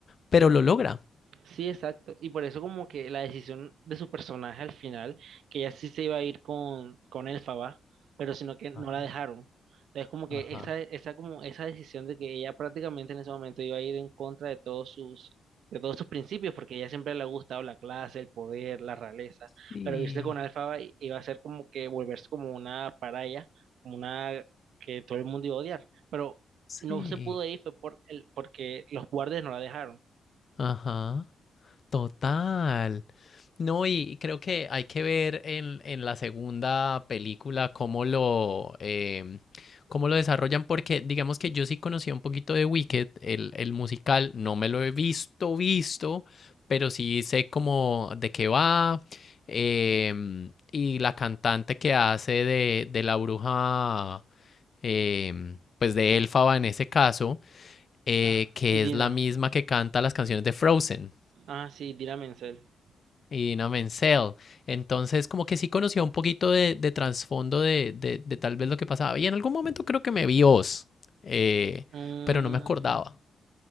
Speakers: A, on the left; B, on the right.
A: pero lo logra.
B: Sí, exacto. Y por eso como que la decisión de su personaje al final, que ella sí se iba a ir con, con Elphaba, pero sino que no
A: Ajá,
B: la dejaron. Entonces como que
A: ajá.
B: esa, esa, como esa decisión de que ella prácticamente en ese momento iba a ir en contra de todos sus, de todos sus principios, porque a ella siempre le ha gustado la clase, el poder, la realeza,
A: Sí.
B: pero irse con Elphaba i- iba a ser como que volverse como una paraya, como una que todo el mundo iba a odiar. Pero
A: Sí,
B: no se pudo ir fue por el, porque los guardias no la dejaron.
A: ajá, total. No, y creo que hay que ver en, en la segunda película cómo lo, em, cómo lo desarrollan, porque digamos que yo sí conocía un poquito de Wicked, el, el musical, no me lo he visto, visto, pero sí sé cómo de qué va. em, y la cantante que hace de, de la bruja, em, pues de Elfaba en ese caso eh,
B: Ah,
A: que
B: y Dina.
A: es la misma que canta las canciones de Frozen
B: Ah, sí, Dina Menzel.
A: y Dina Menzel. Entonces, como que sí conocía un poquito de, de trasfondo de, de, de tal vez lo que pasaba. Y en algún momento creo que me vi Oz, eh,
B: Ah,
A: pero no me acordaba.